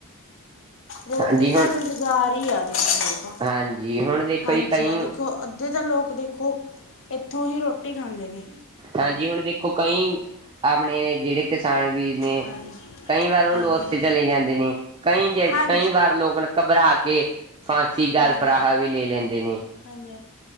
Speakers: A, on the left (about 60°); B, on the right (about 25°).
A: ਰੋਟੀ
B: ਹਾਂਜੀ ਹੁਣ
A: ਦਾ ਰੁਜ਼ਗਾਰ ਈ ਐ <unintelligible>
B: ਹਾਂਜੀ ਹੁਣ ਦੇਖੋ
A: ਹਾਂਜੀ
B: ਜੀ ਕਈ
A: ਦੇਖੋ ਅੱਧੇ ਤਾਂ ਲੋਕ ਦੇਖ ਓਹ ਇੱਥੋਂ ਹੀ ਰੋਟੀ ਖਾਂਦੇ ਨੇ।
B: ਹਾਂਜੀ ਹੁਣ ਵੇਖੋ ਕਈ ਆਪਣੇ ਜੇੜੇ ਕਿਸਾਨ ਵੀਰ ਨੇ
A: ਹਾਂਜੀ
B: ਕਈ ਵਾਰ ਉਹ
A: ਹਾਂਜੀ
B: ਲੋਸ
A: ਹਾਂ।
B: 'ਚ ਚਲੇ ਜਾਂਦੇ ਨੇ, ਕਈ ਜ
A: ਹਾਂਜੀ
B: ਕਈ ਵਾਰ ਲੋਗ ਨ ਕਬਰਾ ਕੇ ਫਾਂਸੀ ਜਾਲ ਫਰਾਹਾ
A: ਹਾਂ
B: ਵੀ ਲੇ ਲੇਦੇ ਨੇ।
A: ਹਾਂਜੀ- ਹਾਂਜੀ।